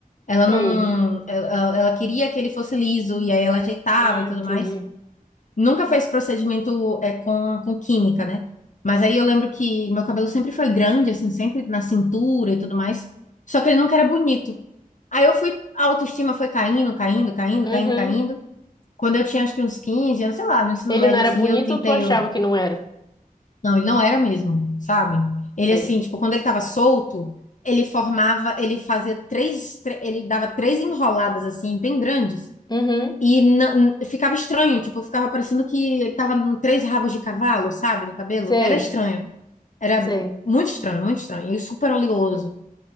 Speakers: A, on the left (about 55°); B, on the left (about 30°).
A: Ela não.
B: sei.
A: Ela, ela queria que ele fosse liso e aí ela ajeitava
B: Ah,
A: e
B: entendi.
A: tudo mais. Nunca fez procedimento é, com, com química, né? Mas aí eu lembro que meu cabelo sempre foi grande, assim, sempre na cintura e tudo mais. Só que ele nunca era bonito. Aí eu fui, a autoestima foi caindo, caindo, caindo,
B: Uhum.
A: caindo, caindo. Quando eu tinha acho que uns 15, eu sei lá, no ensino
B: Ele
A: médio
B: não era
A: assim,
B: bonito
A: eu tentei,
B: ou tu achava
A: eu...
B: que não era?
A: não, ele não era mesmo, sabe? Ele
B: Sei.
A: assim, tipo, quando ele tava solto, ele formava, ele fazia três, tre- ele dava três enroladas assim, bem grandes.
B: Uhum,
A: E na- n- ficava estranho, tipo, ficava parecendo que ele tava com três rabos de cavalo, sabe, no cabelo.
B: sei,
A: Era estranho. Era
B: sei.
A: muito estranho, muito estranho. E super oleoso.